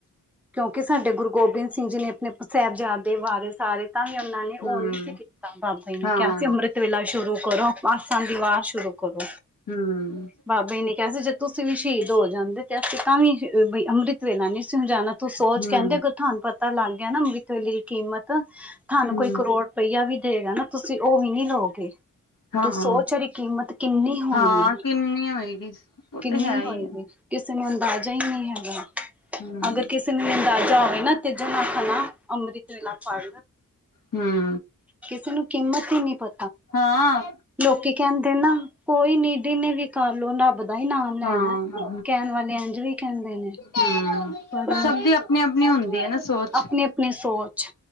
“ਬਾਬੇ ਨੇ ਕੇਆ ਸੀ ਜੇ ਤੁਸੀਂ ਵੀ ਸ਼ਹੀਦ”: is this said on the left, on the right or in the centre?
Centre